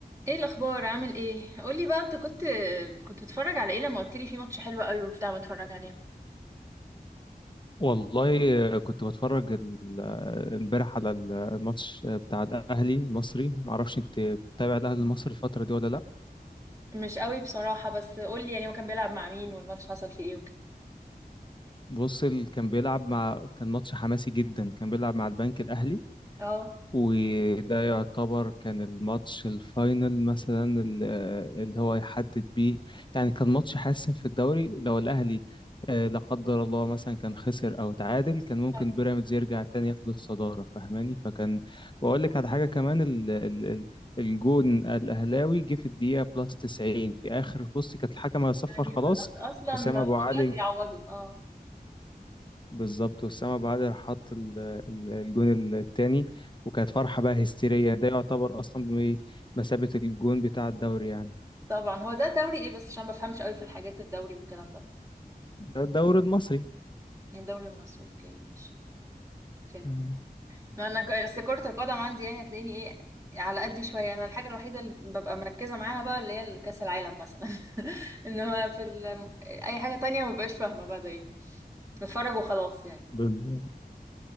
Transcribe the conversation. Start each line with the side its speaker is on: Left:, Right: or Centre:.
Right: ايه الاخبار عامل ايه قولي بقى انت كنت كنت بتتفرج على ايه لما قلت لي في ماتش حلو قوي وبتاع بتفرج عليه
Left: والله كنت بتفرج ال- امبارح على الماتش بتاع الاهلي المصري معرفش انت بتابع الاهلي المصري الفتره دي ولا لا
Right: مش قوي بصراحة بس قولي يعني هو كان بيلعب مع مين والماتش حصل فيه ايه وكده
Left: بص ال- كان بيلعب مع كان ماتش حماسي جدا كان بيلعب مع البنك الاهلي
Right: اه
Left: وده يعتبر كان الماتش الفاينل مثلا ال- اللي هو يحدد بيه يعني كان ماتش حاسم في الدوري لو الأهلي آه، لا قدر الله مثلا كان خسر أو تعادل كان ممكن
Right: آه،
Left: بيراميدز يرجع تاني ياخد الصدارة فاهماني فكان وأقول لك على حاجة كمان ال ال ال الجون الأهلاوي جه في الدقيقة بلس 90 في آخر بص كانت الحكم هيصفر
Right: يعني
Left: خلاص
Right: خلاص اصلا
Left: وسام
Right: ما
Left: أبو
Right: فيش
Left: علي
Right: وقت يعوضه اه
Left: بالظبط وأسامة أبو علي راح حط ال- ال- الجون التاني وكانت فرحة بقى هستيرية ده يعتبر أصلا بمثابة الجون بتاع الدوري يعني
Right: طبعا هو ده دوري ايه بس عشان ما بفهمش قوي في الحاجات الدوري والكلام ده
Left: ده الدوري المصري
Right: يعني الدوري المصري اوكي ماشي فهمت
Left: مم.
Right: ما انا ك- اصل كرة القدم عندي يعني هتلاقيني ايه على قدي شوية انا الحاجة الوحيدة اللي ببقى مركزة معاها بقى اللي هي كأس العالم مثلا <laughs> انما في ال... اي حاجة تانية ما ببقاش فاهمة بقى ده ايه بتفرج وخلاص يعني
Left: بال-